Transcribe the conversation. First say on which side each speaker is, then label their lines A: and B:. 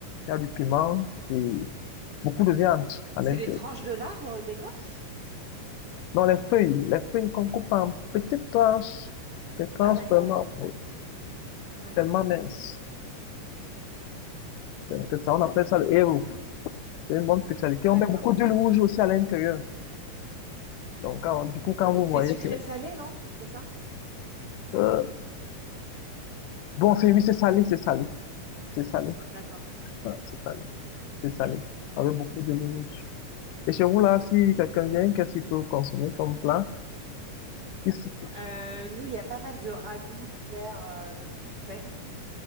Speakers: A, on the left; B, on the right.
A: Il y a du piment et beaucoup de viande à
B: C'est
A: l'intérieur.
B: les tranches de l'arbre d'écorce?
A: Donc les feuilles, les feuilles qu'on coupe en petites tranches, des tranches
B: Ah d'accord.
A: vraiment, oh,
B: Ouais.
A: tellement minces. C'est- c'est ça, on appelle ça le héros. C'est une bonne spécialité.
B: D'accord.
A: On met beaucoup d'huile rouge aussi à l'intérieur. Donc, quand- du coup, quand vous
B: C'est
A: voyez,
B: sucré-salé,
A: c'est...
B: non? C'est ça?
A: euh, bon, c'est, oui, c'est salé, c'est salé. C'est salé.
B: D'accord.
A: Ouais, c'est salé. C'est salé. Avec beaucoup d'huile rouge. Et chez vous, là, si quelqu'un vient, qu'est-ce qu'il peut consommer comme plat? Ici.
B: Euh, nous, il y a pas mal de ragoûts l'hiver euh, qu'on fait.